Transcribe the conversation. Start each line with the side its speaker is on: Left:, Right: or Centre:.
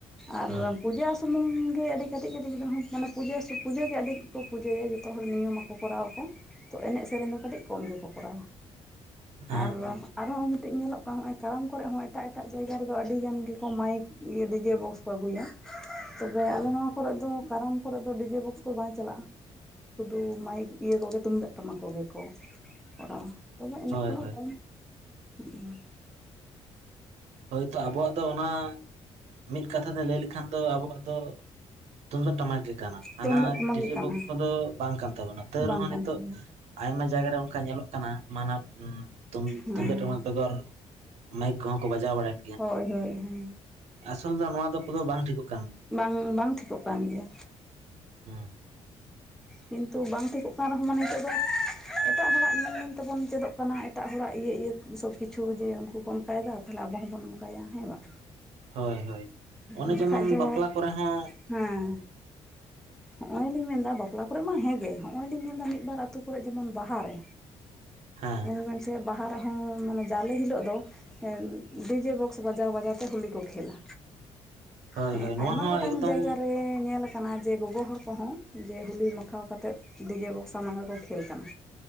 Centre: ᱟᱨ
Right: ᱦᱩᱸ,
Centre: ᱯᱩᱡᱟᱹ ᱥᱩᱢᱩᱝ ᱜᱮ ᱟᱹᱰᱤ ᱠᱟᱹᱴᱤᱡ ᱠᱟᱹᱴᱤᱡ ᱜᱤᱫᱽᱨᱟᱹ ᱦᱚᱸ ᱢᱟᱱᱮ ᱯᱩᱡᱟᱹ ᱯᱩᱡᱟᱹᱜᱮ ᱟᱹᱰᱤᱠᱚ ᱯᱩᱡᱟᱹᱭᱟ ᱡᱚᱛᱚ ᱦᱚᱲ ᱱᱤᱭᱚᱢ ᱟᱠᱚ ᱠᱚᱨᱟᱣᱟᱠᱚ ᱛᱚ ᱮᱱᱮᱡ ᱥᱮᱨᱮᱧ ᱫᱚ ᱠᱟᱹᱴᱤᱡ ᱠᱚᱢ ᱜᱮᱠᱚ ᱠᱚᱨᱟᱣᱟ
Right: ᱦᱮᱸ,
Centre: ᱟᱨ
Right: ᱦᱮᱸ,
Centre: ᱟᱨᱦᱚᱸ ᱢᱤᱫᱴᱮᱱ ᱧᱮᱞᱚᱜ ᱠᱟᱱ ᱱᱚᱜᱼᱚᱭ ᱠᱟᱨᱟᱢ ᱠᱚᱨᱮ ᱦᱚᱸ ᱮᱴᱟᱜ ᱮᱴᱟᱜ ᱡᱟᱭᱜᱟ ᱨᱮᱫᱚ ᱟᱹᱰᱤ ᱜᱟᱱ ᱜᱮᱠᱚ ᱢᱟᱭᱤᱠ ᱤᱭᱟᱹ ᱰᱤᱡᱮ ᱵᱚᱠᱥ ᱠᱚ ᱟᱹᱜᱩᱭᱟ ᱛᱚᱵᱮ ᱟᱞᱮ
Right: ᱦᱩᱸ,
Centre: ᱱᱚᱣᱟ ᱠᱚᱨᱮᱫ ᱫᱚ ᱠᱟᱨᱟᱢ ᱠᱚᱨᱮ ᱫᱚ ᱰᱤᱡᱮ ᱵᱚᱠᱥ ᱠᱚ ᱵᱟᱭ ᱪᱟᱞᱟᱜᱼᱟ ᱥᱩᱫᱩ ᱢᱟᱭᱤᱠ ᱤᱭᱟᱹ ᱠᱚᱜᱮ ᱛᱩᱢᱫᱟᱹᱜ ᱴᱟᱢᱟᱠᱜᱮ ᱠᱚ ᱠᱚᱨᱟ ᱛᱚᱵᱮ ᱮᱱᱮᱡ
Right: ᱦᱳᱭ, ᱦᱳᱭ,
Centre: ᱦ
Right: ᱦᱳᱭᱛᱳ ᱟᱵᱚᱣᱟᱜ ᱫᱚ ᱚᱱᱟ ᱢᱤᱫ ᱠᱟᱛᱷᱟ ᱛᱮ ᱞᱟᱹᱭ ᱞᱮᱠᱷᱟᱱ ᱫᱚ ᱟᱵᱚᱣᱟᱜ ᱫᱚ ᱛᱩᱢᱫᱟᱜ ᱴᱟᱢᱟᱠ ᱜᱮ ᱠᱟᱱᱟ ᱦᱟᱱᱟ
Centre: ᱛᱩᱢᱫᱟᱹᱜ ᱴᱟᱢᱟᱠ
Right: ᱰᱤᱡᱮ
Centre: ᱜᱮ ᱠᱟᱱᱟ
Right: ᱵᱚᱠᱥ ᱠᱚᱫᱚ ᱵᱟᱝ ᱠᱟᱱ ᱛᱟᱵᱚᱱᱟ ᱛᱚᱣᱨᱮᱦᱚᱸ
Centre: ᱵᱟᱝ ᱠᱟᱱ
Right: ᱱᱤᱛᱚᱜ
Centre: ᱛᱟᱵᱚᱱᱟ
Right: ᱟᱭᱢᱟ ᱡᱟᱭᱜᱟᱨᱮ ᱚᱱᱠᱟ ᱧᱮᱞᱚᱜ ᱠᱟᱱᱟ ᱢᱟᱱᱟ ᱛᱩᱢ
Centre: ᱦᱮᱸ
Right: ᱛᱩᱢᱫᱟᱜ ᱴᱟᱢᱟᱠ ᱵᱮᱜᱚᱨ ᱢᱟᱭᱤᱠ ᱠᱚᱦᱚ ᱠᱚ ᱵᱟᱡᱟᱣ ᱵᱟᱲᱟᱭ
Centre: ᱦᱳᱭ ᱦᱳᱭ ᱦᱳᱭ
Right: ᱟᱥᱚᱞ ᱫᱚ ᱱᱚᱣᱟ ᱫᱚ ᱠᱚᱫᱚ ᱵᱟᱝ ᱴᱷᱤᱠᱚᱜᱼᱟ
Centre: ᱵᱟᱝ ᱵᱟᱝ ᱴᱷᱤᱠᱚᱜ ᱠᱟᱱ ᱜᱮᱭᱟ
Right: ᱦᱮᱸ
Centre: ᱠᱤᱱᱛᱩ ᱵᱟᱝ ᱴᱷᱤᱠᱚᱜ ᱠᱟᱱ ᱨᱮᱦᱚᱸ ᱢᱟᱱᱮ ᱱᱤᱛᱚᱜ ᱫᱚ ᱮᱴᱟᱜ ᱦᱚᱲᱟᱜ ᱧᱮᱞ ᱧᱮᱞ ᱛᱮᱵᱚᱱ ᱪᱮᱫᱚᱜ ᱠᱟᱱᱟ ᱮᱴᱟᱜ ᱦᱚᱲᱟᱜ ᱤᱭᱟᱹ ᱤᱭᱟᱹ ᱥᱚᱵ ᱠᱤᱪᱷᱩ ᱡᱮ ᱩᱱᱠᱩ ᱠᱚ ᱚᱱᱠᱟᱭᱮᱫᱟ ᱛᱟᱦᱚᱞᱮ ᱟᱵᱚ ᱦᱚᱸᱵᱚᱱ ᱚᱱᱠᱟᱭᱟ ᱦᱮᱸ ᱵᱟᱝ
Right: ᱦᱳᱭ ᱦᱳᱭ ᱚᱱᱮ
Centre: ᱵᱟᱠᱷᱟᱡ
Right: ᱡᱮᱢᱚᱱ
Centre: ᱫᱚ
Right: ᱵᱟᱯᱞᱟ ᱠᱚᱨᱮ ᱦᱚᱸ
Centre: ᱦᱮᱸ ᱦᱚᱜᱼᱚᱭ ᱞᱤᱧ ᱢᱮᱱᱫᱟ ᱵᱟᱯᱞᱟ ᱠᱚᱨᱮ ᱢᱟ ᱦᱮᱸᱜᱮ ᱦᱚᱜᱼᱚᱭ ᱞᱤᱧ ᱧᱮᱞᱫᱟ ᱢᱤᱫ ᱵᱟᱨ ᱟᱹᱛᱩᱳ ᱠᱚᱨᱮ ᱡᱮᱢᱚᱱ ᱵᱟᱦᱟᱨᱮ
Right: ᱦᱮᱸ
Centre: ᱧᱮᱞᱵᱮᱱ ᱥᱮ ᱵᱟᱦᱟ ᱨᱮᱦᱚᱸ ᱢᱟᱱᱮ ᱡᱟᱞᱮ ᱦᱤᱞᱳᱜ ᱫᱚ ᱮᱱ ᱰᱤᱡᱮ ᱵᱚᱠᱥ ᱵᱟᱡᱟᱣ ᱵᱟᱡᱟᱣ ᱛᱮ ᱦᱳᱞᱤ ᱠᱚ ᱠᱷᱮᱞᱟ
Right: ᱦᱳᱭ
Centre: ᱦᱮᱸ
Right: ᱦᱳᱭ ᱱᱚᱣᱟ
Centre: ᱟᱭᱢᱟ
Right: ᱦᱚᱸ
Centre: ᱜᱚᱴᱟᱝ
Right: ᱮᱠᱫᱚᱢ
Centre: ᱡᱟᱭᱜᱟ ᱨᱮ ᱧᱮᱞ ᱟᱠᱟᱱᱟ ᱡᱮ ᱜᱚᱜᱚ ᱦᱚᱲ ᱠᱚᱦᱚᱸ ᱡᱮ ᱦᱩᱞᱤ ᱢᱟᱠᱷᱟᱣ ᱠᱟᱛᱮᱫ ᱰᱤᱡᱮ ᱵᱚᱠᱥᱟᱢᱟᱝ ᱨᱮᱠᱚ ᱠᱷᱮᱞ ᱠᱟᱱᱟ